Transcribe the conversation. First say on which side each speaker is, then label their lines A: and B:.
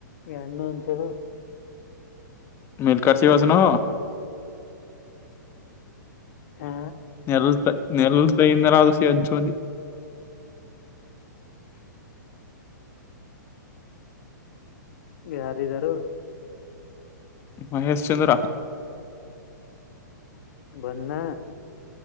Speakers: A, on the left; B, on the left.
A: ಹೆಣ್ಣು ಹಂಚೋದು
B: ಮಲ್ಕರ್ಟ್ ಸಿ ಹೊಸನು
A: ಹಾ
B: ನೆಲ್ಲ ತ ನೆಲ್ಲಲ್ ತಯ ತರದು ಸ ಹಚಕಿ
A: <unintelligible> ಯಾರಿದಾರು
B: ಮಹೇಶ್ ಚಂದ್ರ
A: ಭನ್ನ